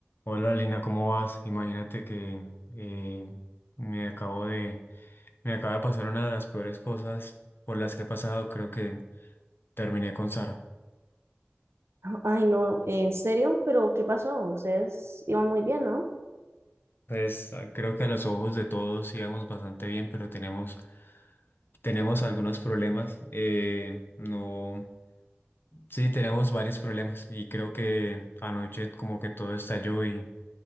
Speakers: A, on the left; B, on the right.
A: Hola Lina, ¿cómo vas? Imagínate que eh, me acabo de, me acaba de pasar una de las peores cosas por las que he pasado. Creo que terminé con Sara.
B: Ay, no, ¿en serio? ¿Pero qué pasó? Ustedes iban muy bien, ¿no?
A: Pues ah, creo que a los ojos de todos íbamos bastante bien, pero tenemos, tenemos algunos problemas. Eh, no, sí, tenemos varios problemas y creo que anoche como que todo estalló y